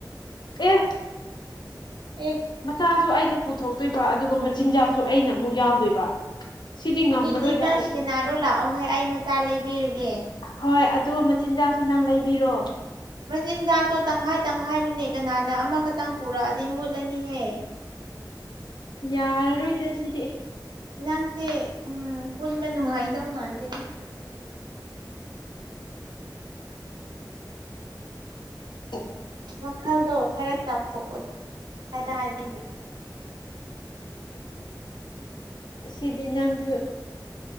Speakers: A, on the left; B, on the right.
A: ꯑꯦ
B: ꯑꯦ
A: ꯃꯆꯥꯁꯨ ꯑꯩꯅ ꯄꯨꯊꯣꯛꯇꯣꯏꯕ ꯑꯗꯨꯒ ꯃꯆꯤꯟꯖꯥꯛꯁꯨ ꯑꯩꯅ ꯑꯃꯨꯛ ꯌꯥꯎꯗꯣꯏꯕ ꯁꯤꯗꯤ ꯉꯝꯃꯔꯣꯏꯗ
B: ꯑꯗꯨꯗꯤ ꯅꯪ
A: ꯑꯩ
B: ꯁꯦꯅꯥꯔꯣ ꯂꯥꯛꯑꯣꯍꯦ ꯑꯩ ꯃꯆꯥ ꯂꯩꯕꯤꯔꯒꯦ
A: ꯍꯣꯏ ꯑꯗꯣ ꯃꯆꯤꯟꯖꯥꯛꯁꯨ ꯅꯪ ꯂꯩꯕꯤꯔꯣ
B: ꯃꯆꯤꯟꯖꯥꯛꯇꯣ ꯇꯪꯈꯥꯏ ꯇꯪꯈꯥꯏꯅꯤꯅꯦ ꯀꯅꯥꯅ ꯑꯃꯈꯛꯇꯪ ꯄꯨꯔꯛꯑꯗꯤ ꯃꯨꯠꯂꯅꯤꯍꯦ
A: ꯌꯥꯔꯔꯣꯏꯗ ꯁꯤꯗꯤ
B: ꯅꯪꯁꯦ ꯎꯝ ꯄꯨꯟꯕ ꯅꯨꯡꯉꯥꯏꯗꯧ ꯃꯥꯟꯗꯦꯗ
A: <unintelligible>
B: ꯋꯥꯈꯜꯗꯣ ꯈꯔ ꯆꯥꯎꯊꯣꯛ ꯑꯣꯗ ꯀꯗꯥꯏꯗꯒꯤ
A: ꯁꯤꯗꯤ ꯅꯪꯁꯨ